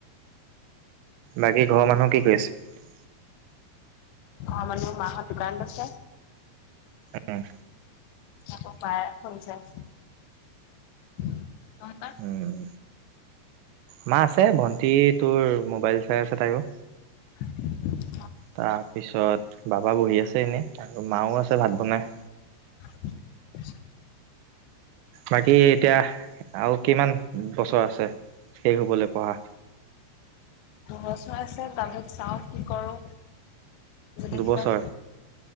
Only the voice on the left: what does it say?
অ মানো মাহৰ দোকান আছে
একো পায় খছে আছে। তহতৰ
<unintelligible>
<unintelligible>
দুবছৰ আছে তাছত চাওঁ কি কৰো যদি
কিবা